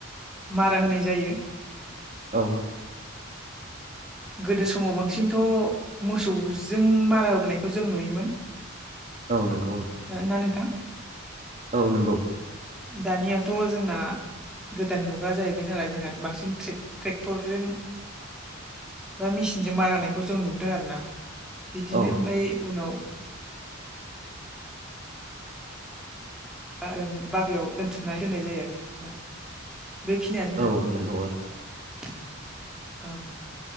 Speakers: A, in the centre; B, on the right.
A: मारा होनाय जायो
B: औ
A: गोदो समाव बांसिनथ' मोसौजों मारा होबोनायखौ जों नुयोमोन
B: औ नंगौ औ
A: खोनादों ना नोंथां
B: औ नंगौ
A: दानियाथ' जोंना गोदान मुगा जाहैबाय नालाय जोंना जोंहा बांसिन टेक्टरजों बा मेचिनजों मारा होनायखौ जों नुदों आरोना बिदिनो
B: औ
A: ओमफ्राय उनाव जों बारियाव दोनथुमनानै दोननाय जायो आरो ना बेखिनियानो नोंथां
B: औ नंगौ ओं
A: औ